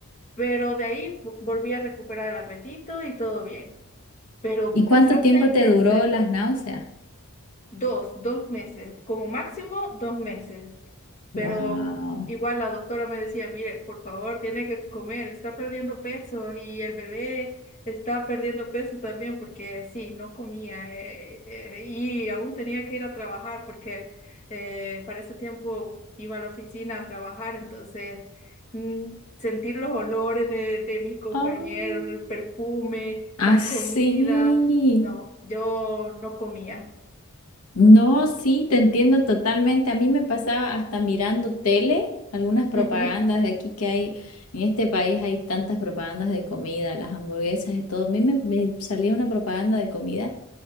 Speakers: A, on the left; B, on the left.
A: Pero de ahí vo- volví a recuperar el apetito y todo bien. Pero
B: ¿Y cuánto
A: pasar
B: tiempo
A: seis
B: te
A: meses,
B: duró las náuseas?
A: dos, dos meses, como máximo dos meses.
B: Wow.
A: Pero igual la doctora me decía, mire, por favor, tiene que comer, está perdiendo peso y el bebé está perdiendo peso también porque sí, no comía eh, eh, y aún tenía que ir a trabajar porque eh, para ese tiempo iba a la oficina a trabajar, entonces mm, sentir los olores de, de mis compañeros,
B: Oh,
A: el perfume,
B: así.
A: la comida, no, yo no comía.
B: No, sí, te entiendo totalmente. A mí me pasaba hasta mirando tele, algunas propagandas
A: Ujú,
B: de aquí que hay, en este país hay tantas propagandas de comida, las hamburguesas y todo. A mí me, me salía una propaganda de comida